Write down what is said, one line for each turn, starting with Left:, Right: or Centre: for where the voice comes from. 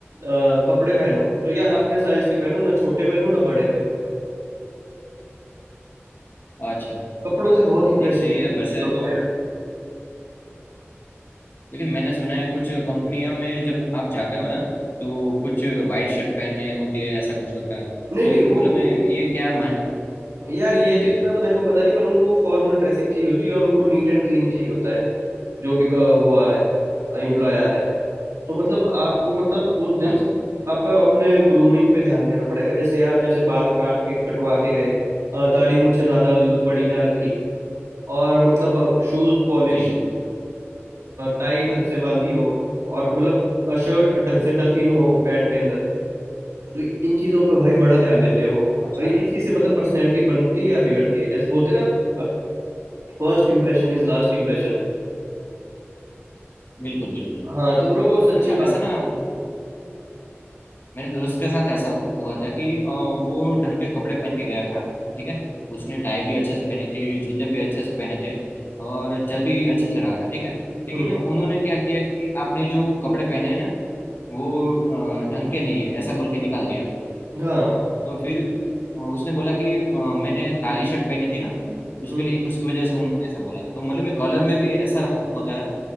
Right: अ, कपड़े पहनो तो यार अपने साइज के पहनो ना छोटे पहनो ना बड़े पहनो
Left: अच्छा
Right: कपड़ों से बहुत इंप्रेशन
Left: नहीं सही है वैसे
Right: पड़ता
Left: तो
Right: है
Left: लेकिन मैंने सुना है कुछ कंपनियों में जब आप जाते हो ना तो कुछ वाइट शर्ट पहननी होती है ऐसा कुछ होता है तो
Right: नहीं नहीं वो
Left: मतलब मैं
Right: वो
Left: ये क्या मान
Right: यार ये
Left: जी
Right: तो इतना तो मेरे को पता नहीं पर उनको फॉर्मल ड्रेसिंग चाहिए होती है और उनको नीट एंड क्लीन चाहिए होता है जो भी का वो आ रहा है एम्प्लॉय आ रहा है तो मतलब आपको मतलब उस दिन
Left: अच्छा
Right: आपका अपने ग्रूमिंग पे ध्यान देना पड़ेगा जैसे यार जैसे बाल काट के कटवा के गए अ, दाढ़ी मुझसे ज़्यादा ल- बड़ी ना रखी और मतलब शूज़ पॉलिश
Left: जी
Right: टाई ढंग से बांधी हो और मतलब शर्ट ढंग से टक इन हो पैंट के अंदर तो इन चीजों पर भाई बड़ा ध्यान देते हैं वो
Left: अच्छा
Right: और इसी से मतलब पर्सनैलिटी बनती है या बिगड़ती है जैसे बोलते हैं ना first impression is last impression
Left: बिल्कुल बिल्कुल
Right: हाँ तो ब्रो वो सच्ची
Left: अच्छा
Right: बात
Left: वैसा
Right: होती
Left: ना
Right: है
Left: मेरे दोस्त के साथ ऐसा हुआ था कि अ, वो ढंग के कपड़े पहन के गया था ठीक है उसने टाई भी अच्छे से पहनी थी जूते भी अच्छे से पहने थे और चल भी अच्छे से रहा था ठीक है लेकिन
Right: हम्म
Left: उन्होंने क्या किया कि आपने जो कपड़े पहने हैं ना वो अ, ढंग के नहीं है ऐसा बोल के निकाल दिया
Right: हाँ
Left: तो फिर अ, उसने बोला कि अ, मैंने काली शर्ट पहनी थी ना उसके
Right: हम्म
Left: लिए उसकी वजह से उन्होंने ऐसा बोला तो मतलब मैं कलर में भी ऐसा होता है